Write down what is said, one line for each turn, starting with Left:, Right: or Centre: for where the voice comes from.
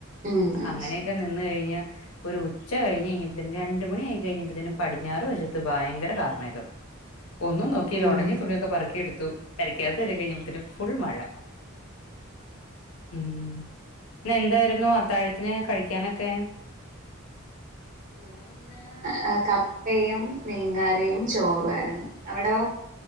Right: ഉം ആ
Left: അങ്ങനെയൊക്കെ
Right: ശരി
Left: നിന്ന് കഴി ഒരു ഉച്ച കഴിഞ്ഞ് കഴിഞ്ഞപ്പ തന്നെ രണ്ട്‌ മണി ആയി കഴിഞ്ഞപ്പോ തന്നെ പടിഞ്ഞാറ് വശത്ത് ഭയ്ങ്കര കാർമേഘം ഒന്നും നോക്കീല
Right: ഉം
Left: ഓണങ്ങിയ തുണിയൊക്കെ പറക്കിടുത്തു പെരക്കാത്ത് കയറിക്കഴിഞ്ഞപ്പത്തിന് ഫുൾ മഴ ഉം ന്നെന്തായിരുന്നു അത്താഴത്തിന് കഴിക്കാനൊക്കെ?
Right: ഇവിടെന്ന് ഏ കപ്പയും മീൻകറിയും ചോറും ആരുന്നു അവിടോ?